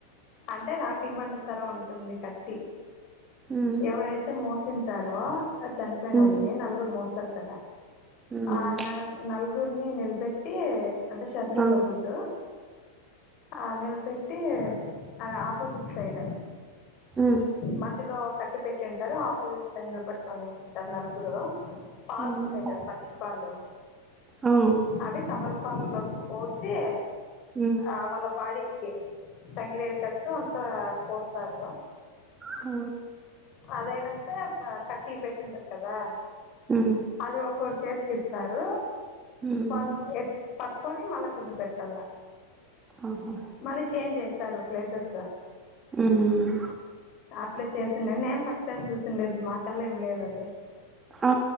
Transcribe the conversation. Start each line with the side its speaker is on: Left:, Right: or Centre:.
Left: అంటే రాఖీలి బండ తరం ఉంటుంది కట్టి
Right: ఉమ్
Left: ఎవరైతే మోసింటారో ఆ చనిపోయిన
Right: ఉమ్
Left: వాళ్ళని నలుగురు మోస్తారు కదా
Right: ఉమ్
Left: ఆ న నలుగురిని నిలబెట్టి అంటే షర్ట్
Right: ఆ
Left: ఉండకూడదు. ఆ నిలపెట్టి అది ఆపోజిట్ సైడ్
Right: ఉ
Left: మధ్యలో కట్టి పెట్టింటారు ఆపోజిట్ సైడ్ నిలబెట్టుకొనేసింటారు నలుగురు పాలు
Right: ఉమ్
Left: ఉంటాయి కదా పచ్చి పాలు
Right: ఆ ఉమ్
Left: అది తమలపాకు లోకి పోసి
Right: ఉమ్
Left: ఆవళ బాడికి తంగ్లేటట్టు ట్టు అంత పోస్తారు.
Right: ఆ
Left: అదైనాక కట్టి పెట్టింటారు కదా
Right: ఉ
Left: అది ఒకరు చేతికి ఇస్తారు
Right: ఉమ్
Left: వాళ్ళు ఎత్ పట్టుకొని మళ్ళ కింద పెట్టాల
Right: ఆహా
Left: మళ్ళీ చేంజ్ అయితారు ప్లేసెస్.
Right: ఉమ్
Left: అట్ల చేసిండని నేను ఫస్ట్ టైం చూసిండేది, మా కన్నా ఏం లేదు అది
Right: ఆ